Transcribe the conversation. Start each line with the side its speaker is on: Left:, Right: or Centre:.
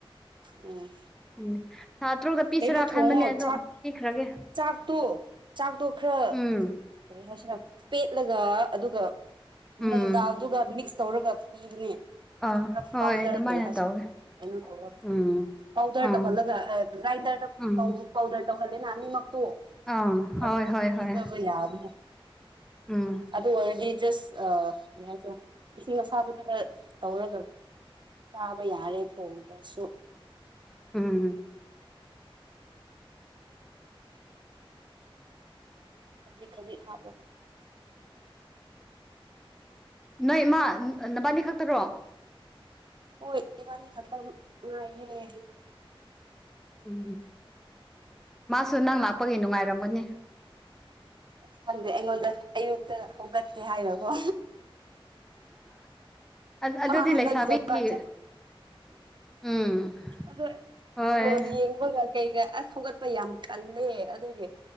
Right: ꯑꯣ
Centre: ꯎꯝ ꯊꯥ ꯇꯔꯨꯛꯇ ꯄꯤꯁꯤꯔꯥ
Right: ꯀꯩꯅꯣ ꯊꯣꯡꯉꯣ
Centre: ꯈꯟꯕꯅꯦ ꯑꯗꯣ
Right: ꯆꯥꯛ
Centre: ꯄꯤꯈ꯭ꯔꯒꯦ
Right: ꯆꯥꯛꯇꯣ ꯆꯥꯛꯇꯣ ꯈꯔ
Centre: ꯎꯝ
Right: ꯀꯔꯤ ꯍꯥꯏꯁꯤꯔ ꯄꯦꯠꯂꯒ ꯑꯗꯨꯒ
Centre: ꯎꯝ
Right: ꯃꯣꯡꯗꯥꯜꯗꯨꯒ ꯃꯤꯛꯁ ꯇꯧꯔꯒ ꯄꯤꯕꯅꯦ
Centre: ꯑꯥ
Right: ꯈꯔ
Centre: ꯍꯣꯏ
Right: ꯄꯥꯎꯗꯔ
Centre: ꯑꯗꯨꯃꯥꯏꯅ
Right: ꯀꯔꯤ ꯍꯥꯏꯁꯤꯅ
Centre: ꯇꯧꯋꯦ
Right: ꯀꯩꯅꯣ ꯇꯧꯔꯕ
Centre: ꯎꯝ
Right: ꯄꯥꯎꯗꯔ
Centre: ꯎꯝ
Right: ꯇꯧꯍꯜꯂꯒ ꯒ꯭ꯔꯥꯏꯟꯗꯔꯗ
Centre: ꯎꯝ
Right: ꯄꯥꯎꯗꯔ ꯇꯧꯍꯜꯂꯦꯅ ꯑꯅꯤꯃꯛꯇꯣ
Centre: ꯑꯥ
Right: ꯑꯗꯨꯒ
Centre: ꯍꯣꯏ ꯍꯣꯏ
Right: ꯄꯤꯖꯕ
Centre: ꯍꯣꯏ
Right: ꯌꯥꯕꯅꯦ
Centre: ꯎꯝ
Right: ꯑꯗꯨ ꯑꯣꯏꯔꯗꯤꯖꯁ ꯑ ꯀꯔꯤꯍꯥꯏꯁꯤꯔꯥ ꯏꯁꯤꯡ ꯑꯁꯥꯕꯗꯨꯗ ꯇꯧꯔꯒ ꯆꯥꯕ ꯌꯥꯔꯦ ꯊꯣꯡꯗ꯭ꯔꯁꯨ
Centre: ꯎꯝ
Right: ꯈꯖꯤꯛ ꯈꯖꯤꯛ ꯍꯥꯞꯄꯒ
Centre: ꯅꯣꯏ ꯏꯃꯥ ꯅꯕꯥꯟꯅꯤ ꯈꯛꯇꯔꯣ
Right: ꯑꯣꯏ ꯏꯕꯥꯅꯤ ꯈꯛꯇ ꯉꯔꯥꯏꯦ
Centre: ꯎꯝ ꯃꯥꯁꯨ ꯅꯪ ꯂꯥꯛꯄꯒꯤ ꯅꯨꯡꯉꯥꯏꯔꯝꯒꯅꯤ
Right: ꯑꯁ ꯈꯪꯗꯦ ꯑꯩꯉꯣꯟꯗ ꯑꯌꯨꯛꯇ ꯍꯧꯒꯠꯇꯦ ꯍꯥꯏꯕꯀꯣ
Centre: ꯑꯗꯨꯗꯤ
Right: ꯃꯥ ꯍꯟꯗꯛ
Centre: ꯂꯩꯁꯥꯕꯤꯒꯤ
Right: ꯖꯣꯕ ꯀꯥꯔꯗ
Centre: ꯎꯝ
Right: ꯑꯗꯨ
Centre: ꯍꯣꯏ
Right: ꯕꯣꯜ ꯌꯦꯡꯕꯒ ꯀꯩꯒ ꯑꯁ ꯍꯧꯒꯠꯄ ꯌꯥꯝ ꯇꯜꯂꯦ ꯑꯗꯨꯒꯤ